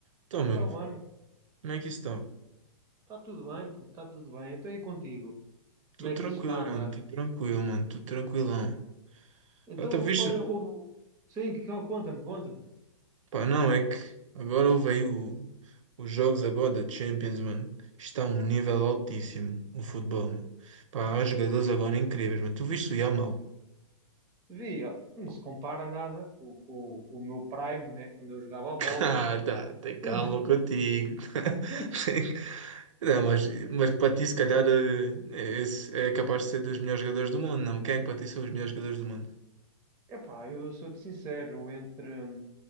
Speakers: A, on the right (about 70°); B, on the right (about 15°).
A: Então,
B: Então,
A: meu,
B: mano,
A: como é que isso está?
B: está tudo bem, puto, está tudo bem. Então, e contigo?
A: Tudo
B: Como é
A: tranquilo,
B: que isso está a andar?
A: mano, tudo tranquilo, mano, tudo tranquilão.
B: Então,
A: Ah, tá viste?
B: olha, houve... Sim, que- conta-me, conta-me.
A: Pá, não, é que agora houve aí o, os jogos agora da Champions, mano. Está a um nível altíssimo o futebol, mano. Pá, há jogadores agora incríveis, mano. Tu viste o Yamal?
B: Vi, ó, não se compara nada com, com- com o meu Prime, né? Quando eu jogava a bola.
A: <laughs> Ah, tá, tem calma
B: Mas...
A: contigo. <laughs>
B: <laughs>
A: Tem- Não, mas, mas para ti, se calhar, eh, é, esse é capaz de ser dos melhores jogadores do mundo, não? Quem é que para ti são os melhores jogadores do mundo?
B: Epá, eu sou-te sincero, entre... hum,